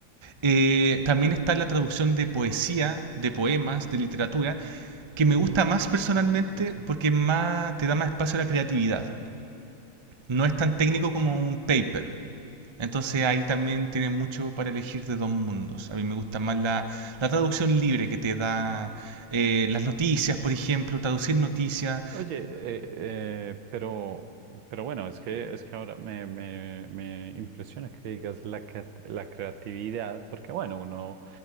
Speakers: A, on the right; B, on the right.
A: Eh, también está la traducción de poesía, de poemas, de literatura, que me
B: ujú,
A: gusta más
B: y eso,
A: personalmente
B: eso pensando.
A: porque más, te da más espacio a la creatividad. No es tan técnico
B: Ok.
A: como un paper, entonces ahí también tienes mucho para elegir de dos mundos. A mí me gusta más la, la traducción libre que te da eh, las noticias, por ejemplo, traducir noticias,
B: Oye, eh, eh, pero, pero bueno, es que, es que ahora me, me, me impresiona que digas la, crea- la creatividad, porque bueno, uno,